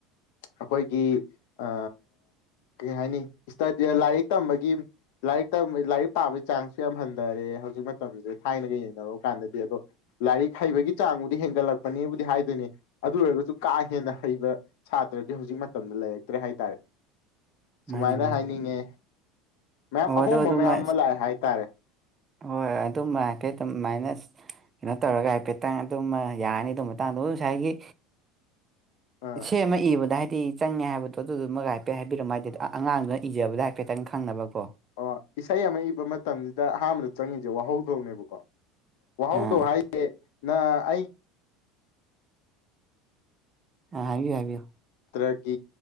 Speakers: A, on the left (about 70°); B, on the right (about 20°).
A: ꯑꯩꯈꯣꯏꯒꯤ ꯑ ꯀꯩ ꯍꯥꯏꯅꯤ ꯏꯁꯇꯗꯤ ꯂꯥꯏꯔꯤꯛ ꯇꯝꯕꯒꯤ ꯂꯥꯏꯔꯤꯛ ꯂꯥꯏꯔꯤꯛ ꯄꯥꯕꯒꯤ ꯆꯥꯡꯁꯨ ꯌꯥꯝ ꯍꯟꯊꯔꯦ ꯍꯧꯖꯤꯛ ꯃꯇꯝꯁꯦ ꯊꯥꯏꯅꯒ ꯌꯦꯡꯅꯔꯨꯕ ꯀꯥꯟꯗꯗꯤ ꯑꯗꯣ ꯂꯥꯏꯔꯤꯛ ꯍꯩꯕꯒꯤ ꯆꯥꯡ ꯍꯦꯟꯒꯠꯂꯛꯄꯅꯤꯕꯨꯗꯤ ꯍꯥꯏꯗꯣꯏꯅꯦ ꯑꯗꯨ ꯑꯣꯏꯔꯒꯁꯨ ꯀꯥ ꯍꯦꯟꯅ ꯍꯩꯕ ꯁꯥꯇ꯭ꯔꯗꯤ ꯍꯧꯖꯤꯛ ꯃꯇꯝꯗ ꯂꯩꯔꯛꯇ꯭ꯔꯦ ꯍꯥꯏꯇꯥꯔꯦ ꯁꯨꯃꯥꯏꯅ
B: ꯃꯥꯅꯤ ꯃꯥꯅꯤ
A: ꯍꯥꯏꯅꯤꯡꯉꯦ ꯃꯌꯥꯝ
B: ꯑꯣ
A: ꯑꯍꯣꯡꯕ
B: ꯑꯗꯨ ꯑꯗꯨꯃ
A: ꯃꯌꯥꯝ ꯑꯃ ꯂꯥꯛꯑꯦ ꯍꯥꯏꯇꯥꯔꯦ
B: ꯍꯣꯏꯣꯏ ꯑꯗꯨꯃ ꯍꯥꯏꯐꯦꯠꯇ ꯃꯥꯏꯅꯁ ꯀꯩꯅꯣ ꯇꯧꯔꯒ ꯍꯥꯏꯐꯦꯠꯇꯪ ꯑꯗꯨꯝꯃ ꯌꯥꯔꯅꯤ ꯑꯗꯨ ꯃꯇꯥꯡꯗꯣ ꯉꯁꯥꯏꯒꯤ
A: ꯑꯥ
B: ꯏ ꯑꯃ ꯏꯕꯗ ꯍꯥꯏꯗꯤ ꯆꯪꯉꯦ ꯍꯥꯏꯕꯗꯣ ꯑꯗꯨꯗꯨꯃꯒ ꯍꯥꯏꯐꯦꯠ ꯍꯥꯏꯕꯤꯔꯝꯃ ꯍꯥꯏꯗꯤ ꯑꯉꯥꯡꯗꯨꯅ ꯏꯖꯕꯗ ꯍꯥꯏꯐꯦꯠꯇꯪ ꯈꯪꯅꯕꯀꯣ
A: ꯑꯣ ꯏꯁꯩ ꯑꯃ ꯏꯕ ꯃꯇꯝꯁꯤꯗ ꯑꯍꯥꯟꯕꯗ ꯆꯪꯉꯤꯁꯦ ꯋꯥꯍꯧꯗꯣꯡꯅꯦꯕꯀꯣ ꯋꯥ ꯍꯥꯎꯗꯣ
B: ꯑꯥ
A: ꯍꯥꯏꯦ ꯅ ꯑꯩ
B: ꯑ ꯍꯥꯏꯕꯤꯌꯨ ꯍꯥꯏꯕꯤꯌꯨ
A: ꯁꯥꯇ꯭ꯔꯒꯤ